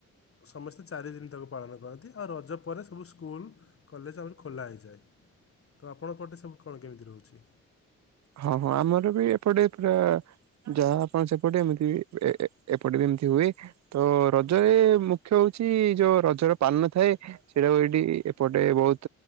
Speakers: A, on the left; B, on the right.
A: ସମସ୍ତେ ଚାରିଦିନ ତାକୁ ପାଳନ କରନ୍ତି। ଆଉ ରଜ ପରେ ସବୁ ସ୍କୁଲ କଲେଜ ଆମରି ଖୋଲା ହେଇଯାଏ। ତ ଆପଣଙ୍କ ପଟେ ସବୁ କଣ କେମିତି ରହୁଛି?
B: ହଁ। ହଁ। ଆମର ବି ଏପଟେ ପୁରା ଯାହା ଆପଣ ସେପଟେ ଏମିତି ବି ଏପଟେ ଏ ଏ ଏପଟେ ବି ଏମିତି ହୁଏ। ତ ରଜରେ ମୁଖ୍ୟ ହଉଛି ଯୋଉ ରଜର ପାନ ଥାଏ। ସେଇଟାକୁ ଏଇଠି ଏପଟେ ବହୁତ